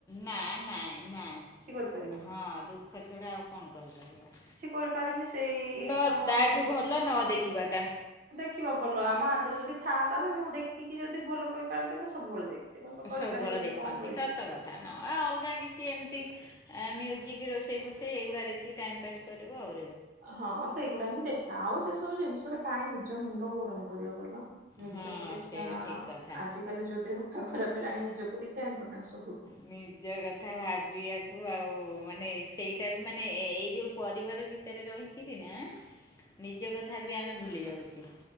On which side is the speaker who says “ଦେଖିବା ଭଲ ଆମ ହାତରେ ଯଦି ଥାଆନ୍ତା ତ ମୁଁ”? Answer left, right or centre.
Right